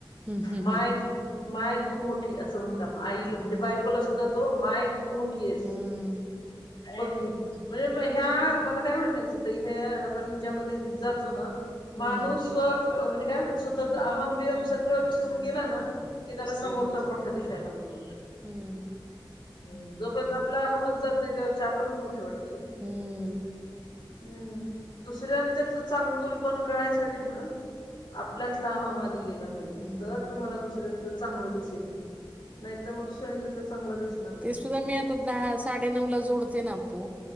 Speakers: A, on the right; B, on the left.
A: हं, हं,
B: माय
A: हं.
B: तु माय तू मोठी असं म्हणला आईला
A: हं,
B: म्हणजे बाय ला सुद्धा तो माय तू मोठी आहेस.
A: हं,
B: बकी म्हणजे ह्या मला काय म्हणणायचं ताई ह्या पण ह्याच्यामध्ये जातो ना
A: हं,
B: माणूस म्हणजे काय म्हणतात म्हणतः <unintelligible> सगळं विसरून गेला ना कि त्याला समोरचा मोठा दिसाय लागतो.
A: हं,
B: हम् जोपर्यंत आपला हमच जात नाही त्यापेक्षा आपणच मोठे वाटतय ना.
A: हम्म.
B: हम्म दुसऱ्यांच्यातलं चांगुलपण कळायसाठी ना आपल्यातला हमाली गेला. पाहिजे
A: हं.
B: तर तुम्हाला दुसर्यातल चांगलं दिसेल नाही तर मग दुसऱच्यात चांगलं नामी
A: ते
B: <unintelligible>
A: सुद्धा मी आता दहा साडे नऊ ला जोडते ना आपो